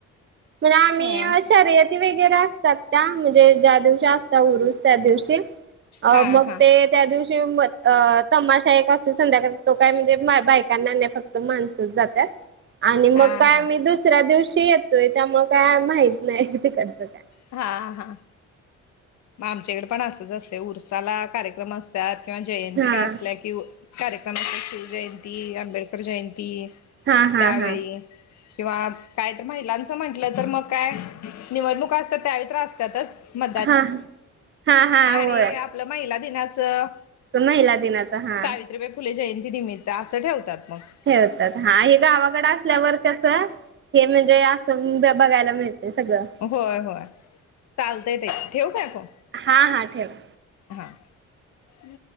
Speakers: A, on the right (about 40°); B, on the left (about 65°).
A: म्हण आम्ही
B: ह
A: शर्यत ते वेगेरे असतात का? म्हणजे ज्या दिवशी असता उरुस त्या दिवशी. अ
B: हा
A: मग
B: हा
A: ते, त्या दिवशी म त्माशा एक असे संध्याका तो काय म्हणजे बायकांना नाही फक्त माणसं जातात आणि मग
B: हा
A: काय,
B: हा
A: मी दुसऱ्या दिवशी येतोय. त्यामुळे काय माहत नाही तिकडचं काय.
B: हा हा. म आमच्याकडे पण असंच असते उरसाला कार्यक्रम असतात. किंवा जयंती
A: हा
B: काय असल्या कि कार्यक्रम, अस शिव जयंती, आंबेडकर जयंती
A: हां हां
B: त्यावेळी
A: हां.
B: किंवा काय तर महिलांचं म्हंटलं तर मग काय? निवडणूक असता त्याहीतर आसत्यातच म
A: हा हा हा
B: आणि
A: होय
B: आपलं महिला दिनाचं,
A: महिला दिनाच हा.
B: सावित्रीबाई फुले जयंती निमित्त असं ठेवतात मग.
A: ठेवतात. हा, हे गावाकडें असल्यावर कसं हे म्हणजे असं अं बघायला मिळते सगळं.
B: होय होय. चालतय ताई. ठेवू काय फोन?
A: हा हा, ठेवा.
B: हा. हम्